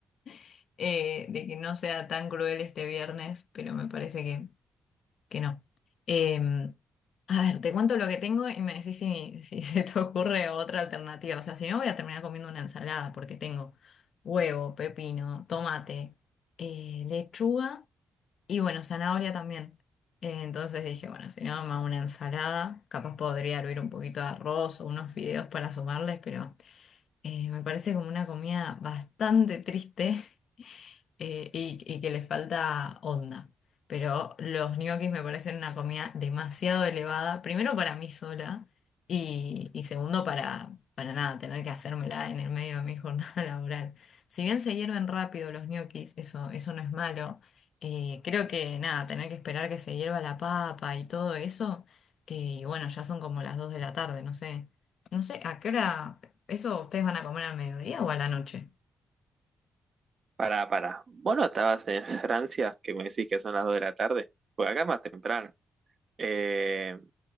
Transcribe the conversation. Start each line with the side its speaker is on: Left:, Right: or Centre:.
Left: <laughs> eh, de que no sea tan cruel este viernes, pero me parece que, que no. Em, a ver, te cuento lo que tengo y me decís si, si se te ocurre otra alternativa. O sea, si no, voy a terminar comiendo una ensalada porque tengo huevo, pepino, tomate, eh, lechuga y bueno, zanahoria también. Eh, entonces dije, bueno, si no, me hago una ensalada. Capaz podría hervir un poquito de arroz o unos fideos para sumarles, pero eh, me parece como una comida bastante triste <laughs> eh, y, y que les falta onda. Pero los ñoquis me parecen una comida demasiado elevada, primero para mí sola y, y segundo para, para nada, tener que hacérmela en el medio de mi <laughs> jornada laboral. Si bien se hierven rápido los ñoquis, eso, eso no es malo, eh, creo que nada, tener que esperar que se hierva la papa y todo eso, eh, y bueno, ya son como las 2 de la tarde, no sé, no sé, ¿a qué hora eso ustedes van a comer al mediodía o a la noche?
Right: Pará, pará. ¿Vos no estabas en <laughs> Francia, que me decís que son las 2 de la tarde? Pues acá es más temprano. Eh,